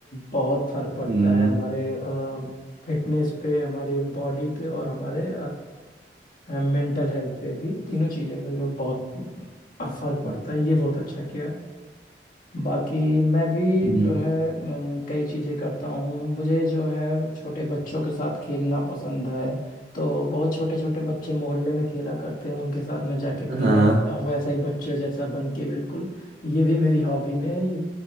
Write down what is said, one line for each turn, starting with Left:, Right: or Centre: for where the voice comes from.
Left: बहुत फर्क पड़ता
Right: हम्म
Left: है हमारे फिटनेस पे हमारे बॉडी पे और हमारे मेंटल हेल्थ पे भी तीनों चीज़ों पे भी बहुत फर्क पड़ता
Right: हम्म
Left: है ये बहुत अच्छा किया बाकी मैं भी
Right: हम्म,
Left: जो है अम, कई चीज़ें करता हूँ मुझे जो है छोटे बच्चों के साथ खेलना पसंद है तो बहुत छोटे छोटे बच्चे मोहल्ले में खेला करते हैं उनके साथ मैं जाके खेलने
Right: हम्म, हाँ
Left: लगता हूँ वैसा ही बच्चे जैसा बन के बिल्कुल ये भी मेरी हॉबी में है, ये